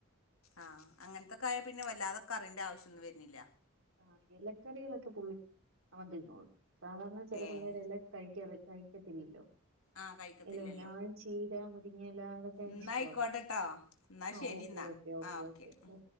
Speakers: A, on the left; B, on the right.
A: ആ അങ്ങനത്തെൊക്ക ആയ പിന്നെ വല്ലാതെ കറിന്റെ ആവശ്യമൊന്നും വരുന്നി ല്ല
B: ആ ഇലക്കറികളൊക്കെ പുള്ളി അവൻ തിന്നളു സാാരണ ചില
A: ഏഹ്
B: പിള്ളേരെ കഴിക്കാറ കഴിക്കത്തില്ലല്ലോ
A: ആഹ് കഴിക്കത്തില്ലല്ലോ
B: <unintelligible> അ ചീരാ മു എല അതൊക്കെ
A: എന്നാ
B: ഇഷ്ട
A: ആയിക്കോട്ടെട്ടോ എന്നാ
B: ആ
A: ശരി
B: ഓക്കെ
A: എന്നാ
B: ഓക്കെ
A: ആഹ്
B: ഓക്കേ
A: ഓക്കെ
B: ഓ ഓ